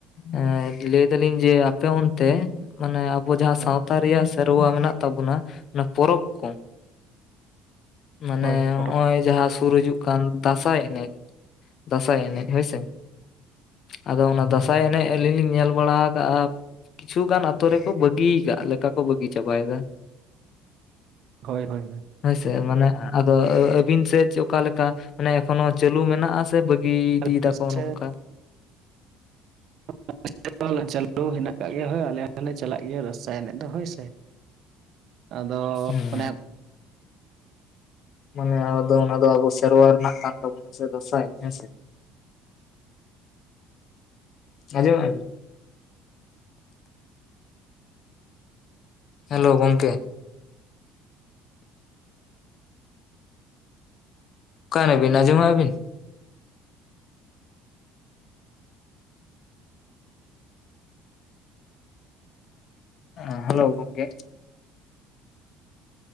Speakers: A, on the left; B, on the right.
A: ᱮ ᱞᱟᱹᱭ ᱫᱟᱞᱤᱧ ᱡᱮ ᱟᱯᱮ ᱚᱱᱛᱮ ᱢᱟᱱᱮ ᱟᱵᱚ ᱡᱟᱦᱟᱸ
B: ᱦᱳᱭ
A: ᱥᱟᱶᱛᱟ ᱨᱮᱭᱟᱜ ᱥᱮᱨᱣᱟ ᱢᱮᱱᱟᱜ ᱛᱟᱵᱚᱱᱟ᱾ ᱚᱱᱟ ᱯᱚᱨᱚᱵᱽ ᱠᱚ ᱢᱟᱱᱮ
B: ᱦᱳᱭ
A: ᱱᱚᱜ
B: ᱯᱚᱨᱚᱵᱽ
A: ᱚᱭ ᱡᱟᱦᱟᱸ ᱥᱩᱨ ᱦᱤᱡᱩᱜ ᱠᱟᱱ ᱫᱟᱸᱥᱟᱭ ᱮᱱᱮᱡ ᱫᱟᱸᱥᱟᱭ ᱮᱱᱮᱡ ᱦᱳᱭᱥᱮ᱾ ᱟᱫᱚ ᱚᱱᱟ ᱫᱟᱸᱥᱟᱭ ᱮᱱᱮᱡ ᱟᱹᱞᱤᱧ ᱞᱤᱧ ᱧᱮᱞ ᱵᱟᱲᱟ ᱟᱠᱟᱜᱼᱟ ᱾ ᱠᱤᱪᱷᱩᱜᱟᱱ ᱟᱛᱳ ᱨᱮᱠᱚ ᱵᱟᱹᱜᱤ ᱟᱠᱟᱜ ᱞᱮᱠᱟ ᱠᱚ ᱵᱟᱹᱜᱤ ᱪᱟᱵᱟᱭᱮᱫᱟ ᱾
B: ᱦᱳᱭ ᱦᱳᱭ ᱦᱳᱭ
A: ᱦᱳᱭᱥᱮ ᱢᱟᱱᱮ ᱟᱫᱚ ᱟᱹᱵᱤᱱ ᱥᱮᱫ ᱪᱮᱫ ᱚᱠᱟ ᱞᱮᱠᱟ? ᱢᱟᱱᱮ ᱮᱠᱷᱚᱱᱚ ᱪᱟᱹᱞᱩ ᱢᱮᱱᱟᱜᱼᱟ ᱥᱮ ᱵᱟᱹᱜᱤ ᱤᱫᱤᱭ
B: ᱟᱞᱮ
A: ᱫᱟᱠᱚ
B: ᱥᱮᱫ
A: ᱱᱚᱝᱠᱟ᱾
B: <unintelligible> ᱪᱟᱹᱞᱩ ᱦᱮᱱᱟᱜ ᱠᱟᱜ ᱜᱮᱭᱟ ᱦᱳᱭ ᱟᱞᱮ ᱦᱚᱸᱞᱮ ᱪᱟᱞᱟᱜ ᱜᱮᱭᱟ ᱫᱟᱸᱥᱟᱭ ᱮᱱᱮᱡ ᱫᱚ ᱦᱳᱭ ᱥᱮ᱾ ᱟᱫᱚ
A: ᱦᱮᱸ
B: ᱚᱱᱮ
A: ᱢᱟᱱᱮ ᱟᱫᱚ ᱚᱱᱟ ᱫᱚ ᱟᱵᱚ ᱥᱮᱨᱣᱟ ᱨᱮᱱᱟᱜ ᱠᱟᱱ ᱛᱟᱵᱚᱱᱟ ᱥᱮ ᱫᱟᱸᱥᱟᱭ ᱦᱮᱸᱥᱮ᱾ ᱟᱸᱡᱚᱢᱮᱫᱼᱟ ᱵᱮᱱ ᱦᱮᱞᱳ ᱜᱚᱢᱠᱮ ᱚᱠᱟᱭᱮᱱᱟ ᱵᱤᱱ ᱟᱸᱡᱚᱢᱮᱫᱟ ᱵᱤᱱ ᱦᱮᱸ ᱦᱮᱞᱳ ᱜᱚᱢᱠᱮ